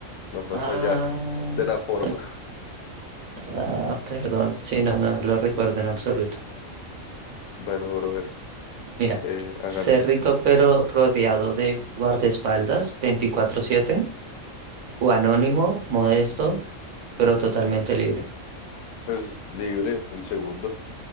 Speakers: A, on the left (about 80°); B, on the right (about 80°).
A: Van más
B: Ah,
A: allá de la forma.
B: ok. ah, perdón. Sí, no, no lo recuerdo en absoluto.
A: Bueno, brother,
B: Mira,
A: eh, hágale.
B: ser rico pero rodeado de guardaespaldas veinticuatro siete o anónimo, modesto, pero totalmente libre.
A: Pues libre, el segundo.